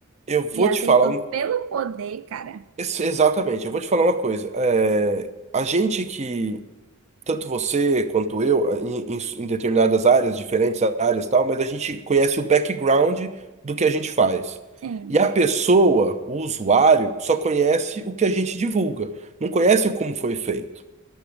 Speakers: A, on the right; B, on the right.
A: eu vou
B: E aceitou
A: te falar, um-
B: pelo poder, cara.
A: ex- exatamente, eu vou te falar uma coisa. É, a gente que tanto você quanto eu, eh, em, em- em determinadas áreas, diferentes áreas e tal, mas a gente conhece o background do que a gente faz.
B: Sim.
A: E a pessoa, o usuário, só conhece o que a gente divulga, não conhece o como foi feito.